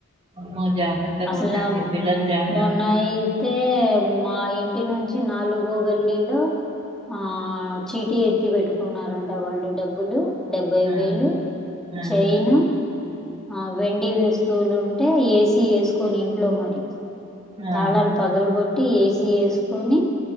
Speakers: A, on the right; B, in the centre.
A: అమ్మో జాగ్రత్తగా
B: అసల
A: ఉండండి
B: మ్
A: పిల్లలు జాగ్రత్త
B: మొన్న అయితే మా ఇంటి నుంచి నాలుగో గల్లీలో ఆ చీటి ఎత్తి పెట్టుకున్నారంట వాళ్ళు డబ్బులు డెబ్బై
A: ఆ
B: వేలు
A: ఆ ఆ
B: చైన ఆ వెండి వస్తువులు ఉంటే ఏసీ వేసుకొని ఇంట్లో మరి
A: ఆ
B: తాళాలు పగలగొట్టి ఏసీ వేసుకొని